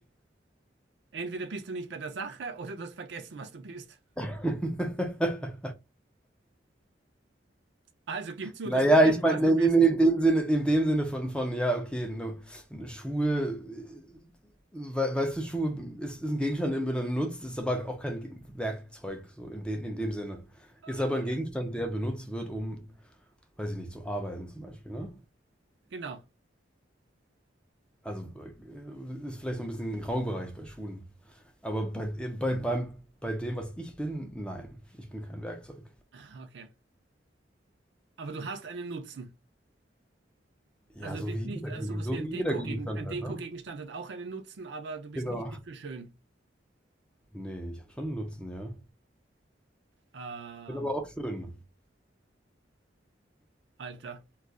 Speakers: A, on the right (about 65°); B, in the centre.
A: Entweder bist du nicht bei der Sache oder du hast vergessen, was du bist.
B: <laughs>
A: Also gib zu,
B: Naja,
A: dass du vergessen,
B: ich meine,
A: was du
B: in,
A: bist.
B: in, in dem Sinne, in dem Sinne von, von ja, okay, ne, Schuhe, äh, we, weißt du, Schuhe ist, ist ein Gegenstand, den man benutzt, ist aber auch kein Ge- Werkzeug, so in, de, in dem Sinne.
A: Ah,
B: Ist aber ein Gegenstand, der benutzt wird, um, weiß ich nicht, zu arbeiten zum Beispiel, ne?
A: Genau.
B: Also äh, ist vielleicht so ein bisschen ein Graubereich bei Schuhen. Aber bei, bei, beim, bei dem, was ich bin, nein, ich bin kein Werkzeug.
A: Okay. Aber du hast einen Nutzen.
B: Ja,
A: Also
B: so
A: du bist
B: wie
A: nicht
B: jeder,
A: äh,
B: Gegen-
A: sowas
B: so
A: wie ein
B: wie
A: Deko-Gegen
B: jeder Gegenstand
A: ein
B: halt,
A: Deko-Gegenstand
B: ne?
A: hat auch einen Nutzen, aber du bist
B: Genau.
A: nicht nur für schön.
B: Nee, ich habe schon einen Nutzen, ja.
A: Ähm,
B: Ich bin aber auch schön.
A: Alter.